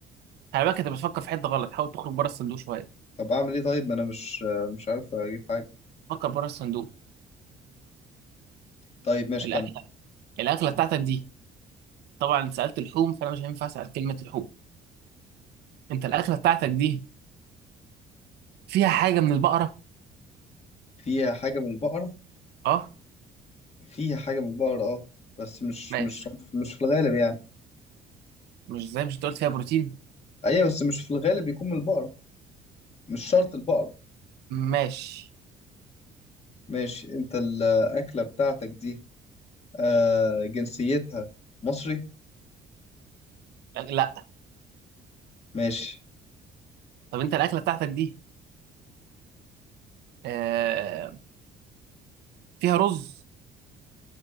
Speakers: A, on the right; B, on the left.
A: خلي بالك انت بتفكر في حته غلط حاول تخرج بره الصندوق شويه
B: طب اعمل ايه طيب ما انا مش مش عارف اجيب حاجه
A: فكر بره الصندوق
B: طيب ماشي
A: الاكله
B: كمل
A: الاكله بتاعتك دي طبعا انت سالت لحوم فانا مش هينفع اسال كلمه لحوم انت الاكله بتاعتك دي فيها حاجه من البقره
B: فيها حاجه من البقر
A: اه
B: فيها حاجة من البقر اه بس مش
A: ماشي
B: مش مش في الغالب يعني
A: مش زي مش قلت فيها بروتين
B: ايوه بس مش في الغالب بيكون من البقرة مش شرط البقرة
A: ماشي
B: ماشي انت الأكلة بتاعتك دي آه جنسيتها مصري
A: لا
B: ماشي
A: طب انت الاكله بتاعتك دي آه فيها رز